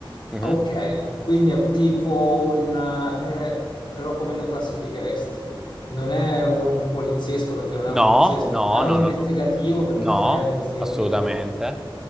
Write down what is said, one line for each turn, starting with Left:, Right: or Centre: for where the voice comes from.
Centre: Mm-hmm.
Left: ok, quindi è tipo un... eh, però come lo classificheresti? Non è un poliziesco perché non è un
Centre: No,
Left: poliziesco,
Centre: no,
Left: non è un
Centre: no,
Left: investigativo
Centre: no, no,
Left: perché
Centre: no,
Left: non è un investigativo.
Centre: assolutamente.